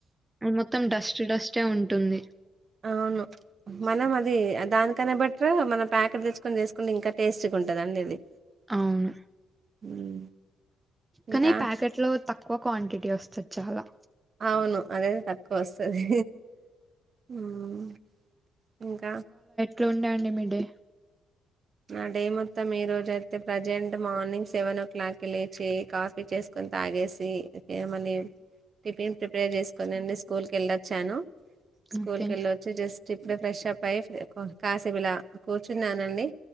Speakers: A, on the right; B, on the right.
A: అది మొత్తం డస్ట్ డస్ట్యే ఉంన్ టుంది
B: అవును మనం మద్ ది దానికనే బెట్టరా మనం ప్యాకెట్ తెచ్చుకొని, చేసుకుంటే ఇంకా టేస్ట్గా ఉంటంది అండి ఇది
A: అవును
B: హ్మ్. ఇంకా
A: కాని ప్యాకెట్ లో తక్కువ క్వాంటిటీ వస్తది చాలా
B: అవును అదైతే తక్కువ వస్తది హ్మ్ ఇంక
A: ఇంట్లో ఉండండి మీ డే
B: నా డే మొత్తం ఈరోజైతే ప్రజెంట్ మార్నింగ్ సెవెన్ ఓ క్లాక్కి లేచి, కాఫీ చేసుకొని తాగేసి, ఇగ మళ్లీ టిఫిన్ ప్రిపేర్ చేసుకోనండి. స్కూల్కి వెళ్ళొచ్చాను. స్కూల్కెలోచి
A: ఓకే
B: జస్ట్ ఇప్పుడే ఫ్రెష్ అప్ అయ్యి కాసేపిల కూర్చున్నానండి.